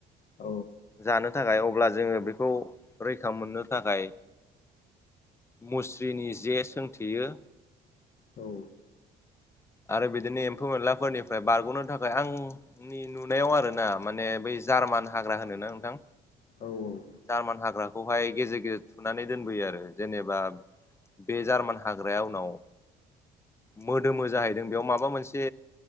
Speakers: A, on the left; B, on the left.
A: औ
B: थानो थाखाय अब्ला जोङो बेखौ रैखा मोननो थाखाय मुस्रिनि जे सोंथेयो।
A: औ
B: <inaudible> आरो बिदिनो एम्फौ एनलाफोरनिफ्राय बारग'नो थाखाय आंनि नुनायाव आरो ना माने बै जा जार्मान हाग्रा होननो ना नोंथां
A: अ औ
B: जार्मान हाग्रा खौहाय गेजेर गेजेर थुनानै दोनबोयो आरो। जेनेबा बे जार्मान हाग्राया उनाव मोदोमो जाहैदों बेयाव माबा मोनसे